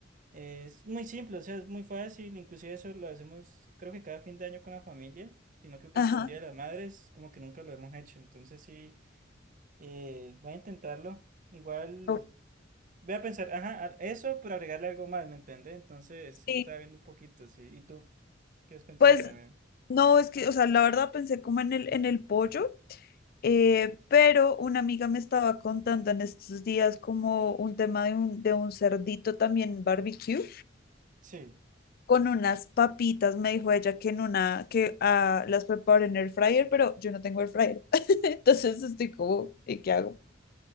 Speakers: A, on the right; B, on the left.
A: Es muy simple, o sea, es muy fácil, inclusive eso lo hacemos creo que cada fin de año con la familia, sino que pues
B: ajá.
A: para un Día de las Madres como que nunca lo hemos hecho, entonces sí, eh, voy a intentarlo, igual
B: o-
A: voy a pensar, ajá, a- eso, pero agregarle algo más, ¿me entiendes? Entonces sí,
B: Sí,
A: estaba viendo un poquito, sí, ¿y tú qué has pensado
B: pues
A: también?
B: no, es que, o sea, la verdad pensé como en el, en el pollo, eh, pero una amiga me estaba contando en estos días como un tema de un, de un cerdito también barbecue.
A: Sí,
B: con unas papitas, me dijo ella que en una, que ah, las preparé en el fryer, pero yo no tengo el fryer. <laughs> Entonces estoy como, ¿y qué hago